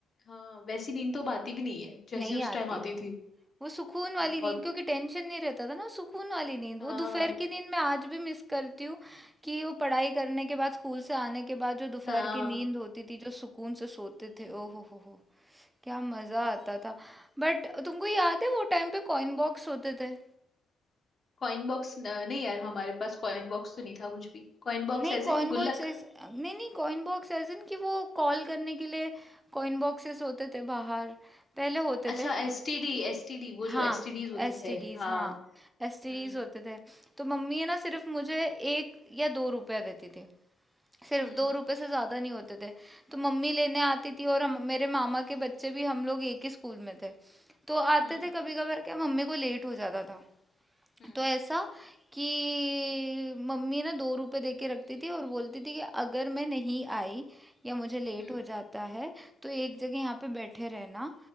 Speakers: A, on the left; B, on the right.
A: हाँ वैसी नींद तो अब आती भी नहीं है जैसी
B: नहीं
A: उस
B: आती
A: टाइम आती थी
B: वो सुकून वाली
A: बहुत
B: नींद क्योंकि टेंशन नहीं रहता था ना सुकून वाली नींद
A: हाँ
B: वो दोपहर की नींद मैं आज भी मिस करती हूँ कि वो पढ़ाई करने के बाद स्कूल से आने के बाद जो दोपहर
A: हाँ
B: की नींद होती थी जो सुकून से सोते थे ओ हो हो हो क्या मजा आता था बट तुमको याद है वो टाइम पे कॉइन बॉक्स होते थे
A: कॉइन बॉक्स नहीं यार हमारे पास कॉइन बॉक्स तो नहीं था कुछ भी कॉइन बॉक्स
B: नहीं
A: एज
B: कॉइन
A: इन गुल्लक
B: बॉक्स ऐसे नहीं नहीं कॉइन बॉक्स एज इन कि वो कॉल करने के लिए कॉइन बॉक्सेस होते थे बाहर पहले होते
A: अच्छा
B: थे
A: एसटीडी एसटीडी वो
B: हाँ
A: जो एसटीडीज होते
B: एसटीडीज
A: थे हाँ
B: हाँ एसटीडीज
A: हम्म
B: होते थे तो मम्मी है ना सिर्फ मुझे एक या दो रुपया देती थी सिर्फ
A: हम्म
B: दो रुपए से ज्यादा नहीं होते थे तो मम्मी लेने आती थी और हम मेरे मामा के बच्चे भी हम लोग एक ही स्कूल में थे तो आते
A: हम्म
B: थे कभी कभार क्या मम्मी को लेट हो जाता था
A: हम्म
B: तो ऐसा कि मम्मी ना दो रुपए दे के रखती थी और बोलती थी कि अगर मैं नहीं आई या मुझे लेट
A: हम्म
B: हो जाता है तो एक जगह यहाँ पे बैठे रहना